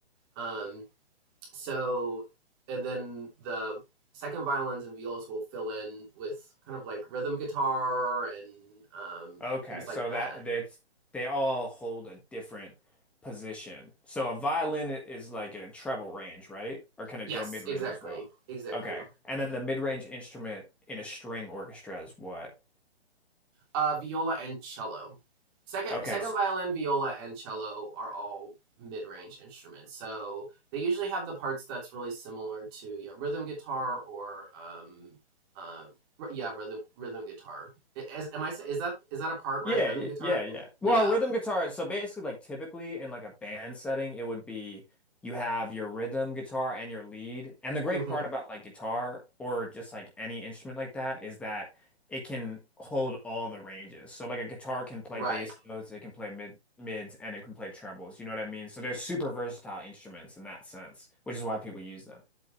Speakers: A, on the right (about 20°); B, in the centre.
A: um, so, and then the second violins and violas will fill in with kind of like rhythm guitar and um,
B: Okay,
A: things
B: so
A: like that.
B: that that's they all hold a different position. So a violin i- is like in a treble range, right? Or can it
A: Yes,
B: go mid-range
A: exactly,
B: as well?
A: exactly.
B: Okay. And then the mid-range instrument in a string orchestra is what?
A: Uh, viola and cello. Second,
B: Okay.
A: second
B: s-
A: violin, viola, and cello are all mid-range instruments. So they usually have the parts that's really similar to yeah, rhythm guitar or um, uh, yeah, rhythm rhythm guitar. I- Is, am I say- is that is that a part
B: Yeah,
A: right? Rhythm
B: y-
A: guitar.
B: yeah, yeah. Well,
A: Yeah.
B: rhythm guitar, so basically like typically in like a band setting, it would be you have your rhythm guitar and your lead. And the great
A: hmm
B: part about like guitar or just like any instrument like that is that it can hold all the ranges. So like a guitar can play
A: Right.
B: bass notes, it can play mid mids, and it can play trebles. You know what I mean? So they're super versatile instruments in that sense, which is why people use them.